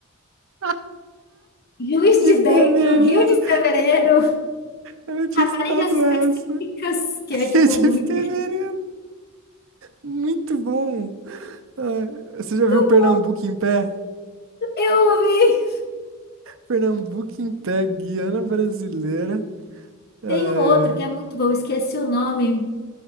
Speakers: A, on the right; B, on the left.
A: <laughs>
B: Juiz
A: De
B: de
A: fevereiro,
B: Dentro, Rio de Fevereiro,
A: eu não tinha
B: Raparigas
A: escutado
B: Específicas,
A: essa.
B: que
A: <laughs>
B: é tipo,
A: De
B: muito
A: fevereiro, muito bom. Ah, você já viu Pernambuco
B: bom.
A: em pé?
B: Eu vi.
A: Pernambuco em pé, Guiana brasileira. Ah,
B: Tem um outro que
A: é.
B: é muito bom, esqueci o nome.